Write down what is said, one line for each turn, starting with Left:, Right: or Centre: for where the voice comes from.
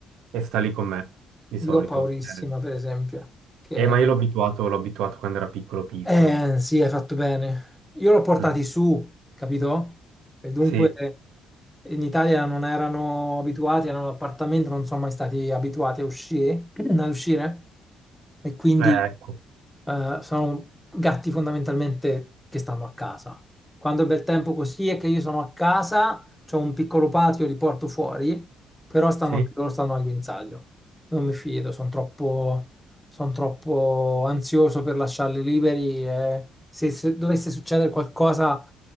Right: e sta lì con me, di solito.
Centre: Io ho paurissima,
Right: Eh,
Centre: per esempio. Che
Right: eh,
Centre: è...
Right: ma io l'ho abituato, l'ho abituato quando era piccolo, piccolo.
Centre: Eh, sì, hai fatto bene. Io l'ho portati
Right: Mm.
Centre: su, capito? E dunque
Right: Sì,
Centre: in Italia non erano abituati, erano all'appartamento, non sono mai stati abituati a uscire, a uscire. E quindi
Right: eh, ecco,
Centre: eh, sono gatti fondamentalmente che stanno a casa. Quando è bel tempo così è che io sono a casa, c'ho un piccolo patio, li porto fuori, però stanno
Right: sì.
Centre: anche loro stanno al guinzaglio. Non mi fido, sono troppo, son troppo ansioso per lasciarli liberi e se, se dovesse succedere qualcosa